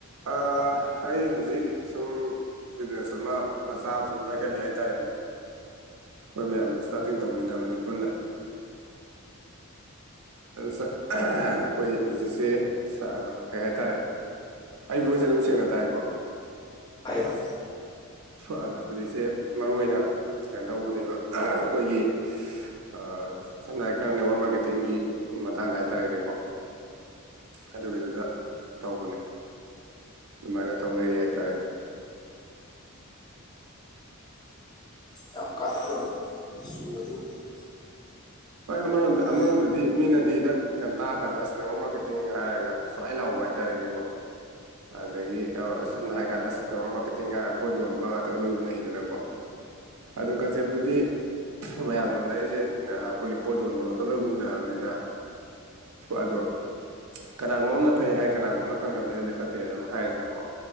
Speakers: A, on the right; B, on the left.
A: ꯑꯥ ꯑꯩ ꯍꯨꯖꯤꯛ ꯁꯨꯝ ꯕꯤꯖꯤꯅꯦꯁ ꯑꯃ ꯃꯆꯥ ꯑꯃ ꯁꯨꯝ ꯄꯥꯏꯈꯠꯂꯤ ꯍꯥꯏꯇꯥꯔꯦ ꯑꯩꯈꯣꯏ ꯃꯌꯥꯝ ꯏꯁꯇꯥꯔꯇꯤꯡ ꯇꯧꯃꯤꯟꯅꯕꯅꯦ ꯄꯨꯟꯅ ꯆꯠ ꯑꯩꯈꯣꯏ ꯍꯨꯖꯤꯛꯁꯦ ꯑꯥ ꯀꯩ ꯍꯥꯏꯇꯥꯔꯦ ꯑꯩ ꯚꯣꯏꯁ ꯁꯦ ꯑꯗꯨꯝ ꯁꯦꯡꯅ ꯇꯥꯏꯀꯣ
B: <unintelligible>
A: ꯍꯥꯟꯅ ꯍꯨꯖꯤꯛꯁꯦ ꯃꯔꯨ ꯑꯣꯏꯅ ꯀꯩꯅꯣ ꯇꯧꯕꯅꯦꯗ ꯑꯩꯈꯣꯏꯒꯤ ꯑꯥ ꯁꯝꯅ ꯍꯥꯏꯀꯥꯟꯗ ꯅꯦꯋꯥꯛ ꯃꯥꯔꯀꯦꯇꯤꯡꯒꯤ ꯃꯇꯥꯡꯗ ꯍꯥꯏꯇꯥꯔꯦꯅꯦꯀꯣ ꯑꯗꯨꯒꯤꯗꯨꯗ ꯇꯧꯕꯅꯦ ꯑꯗꯨꯃꯥꯏꯅ ꯇꯧ ꯂꯩꯔꯤ ꯍꯥꯏꯇꯥꯔꯦꯅꯦ
B: <unintelligible>
A: ꯍꯣꯏ ꯑꯃꯔꯣꯝꯗ
B: ꯑꯣꯏ
A: ꯑꯃꯔꯣꯝꯗ ꯗꯤ ꯃꯤꯅꯗꯤ ꯗꯛ ꯀꯟ ꯇꯥ ꯀꯥꯟꯗ ꯑꯁ ꯅꯦꯠꯋꯔ꯭ꯛ ꯃꯥꯔꯀꯦꯇꯤꯡꯒ ꯍꯥꯏꯔꯒ ꯁ꯭ꯋꯥꯥꯏ ꯂꯥꯎꯕ ꯍꯥꯏꯇꯥꯔꯦꯅꯦꯀꯣ ꯑꯗꯒꯤ ꯑ ꯁꯝꯅ ꯍꯥꯏꯔꯀꯥꯟꯗ ꯑꯁ ꯅꯦꯠꯋꯔ꯭ꯛ ꯃꯥꯔꯀꯦꯇꯤꯡꯒ ꯍꯥꯏꯔ ꯄꯣꯠ ꯌꯣꯟꯕ ꯉꯥꯛꯇꯒ ꯂꯣꯏ ꯎꯅꯩꯗꯅꯀꯣ ꯑꯗꯨꯝ ꯀꯟꯁꯦꯞꯇꯨꯗꯤ ꯃꯌꯥꯝꯅ ꯅꯩꯖꯦꯟꯅ ꯑꯩꯈꯣꯏꯒꯤ ꯄꯣꯠ ꯌꯣꯟꯕꯔꯣꯝꯗ ꯂꯣꯏ ꯎꯅꯕꯅꯤꯅ ꯑꯗꯣ ꯀꯅꯥꯒꯨꯝꯕ ꯑꯝꯅ ꯐꯩ ꯍꯥꯏ ꯀꯅꯥꯒꯨꯝꯕꯅ ꯈꯪꯗ ꯃꯤꯅꯗꯤ ꯐꯠꯇꯦ ꯑꯗꯨꯝ ꯍꯥꯏꯌꯦꯗꯅꯀꯣ